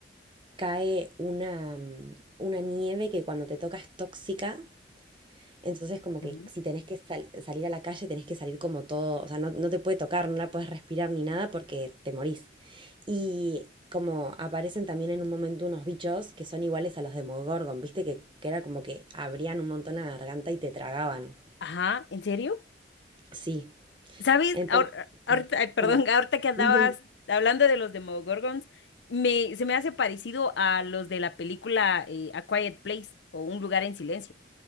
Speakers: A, on the right (about 30°); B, on the left (about 75°).
A: cae una, mm, una nieve que cuando te toca es tóxica entonces, como que
B: Ujú.
A: si tenés que sal- salir a la calle, tenés que salir como todo, o sea, no, no te puede tocar, no la puedes respirar ni nada porque te morís. Y como aparecen también en un momento unos bichos que son iguales a los de Mogorgon, viste que, que era como que abrían un montón la garganta y te tragaban.
B: Ajá, ¿en serio?
A: Sí.
B: ¿Sabes?
A: Entonces,
B: Ahor- ah, ahorita, ay, perdón,
A: perdón.
B: <laughs> ahorita que andabas
A: <laughs>
B: hablando de los Demogorgons, me, se me hace parecido a los de la película eh, A Quiet Place o Un lugar en silencio.